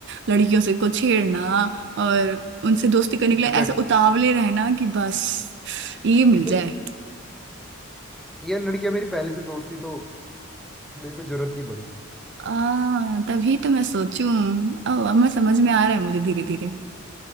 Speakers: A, on the right; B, in the centre.
A: लड़कियों से को छेड़ना और उनसे दोस्ती करने के लिए
B: लड़,
A: ऐसे उतावले रहना कि बस ये मिल
B: ये,
A: जाए
B: ये लड़कियां मेरी पहले से दोस्त थी तो मेरे को जरूरत नहीं पड़ी
A: आ तभी तो मैं सोचूं ओ अब मैं समझ में आ रहा है मुझे धीरे धीरे